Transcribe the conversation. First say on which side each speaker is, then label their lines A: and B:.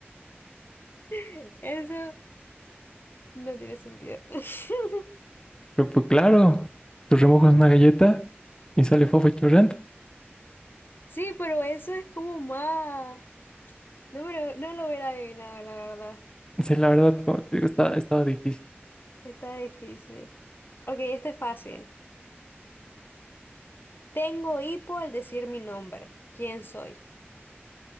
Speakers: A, on the left; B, on the left.
A: <laughs> Eso no tiene sentido. <laughs>
B: Pero pues claro, tú remojas una galleta y sale fofa y chorreante.
A: Sí, pero eso es como más. No, me lo- no lo hubiera adivinado, la verdad.
B: Sí, la verdad, como te digo, estaba, estaba difícil.
A: Está difícil. Ok, este es fácil. Tengo hipo al decir mi nombre. ¿Quién soy?